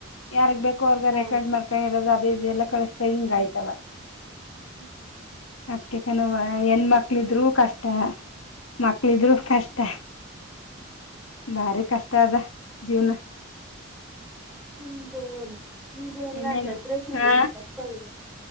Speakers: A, on the left; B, in the centre.
A: ಯಾರಗ್ ಬೇಕು. ರ್ಗ
B: ಹೌದು
A: ರೆಕಾರ್ಡ್ ಮಾಡ್ಕೊಂಡ ಇರೋದ. ಅದೇ ಇದೆಲ್ಲ ಕಳಿಸಸ್ತಾ ಹಿಂಗ ಆಯ್ತವ.
B: <inaudible>
A: ಅಕ್ಕ ಕನವ ಹೆಣ ಮಕ್ಳಿದ್ರು ಕಷ್ಟ ಮಕ್ಳಿದ್ರರು ಕಷ್ಟ ಬಾರಿ ಕಷ್ಟ ಅದ ಜೀವ್ನ.
B: <inaudible> ಈದೆಲ್ಲಾ
A: ಇನ್ನೇನು
B: ಜನ್ರೇಷನ್
A: ಹಾ
B: ಅಂದ್ರ <unintelligible>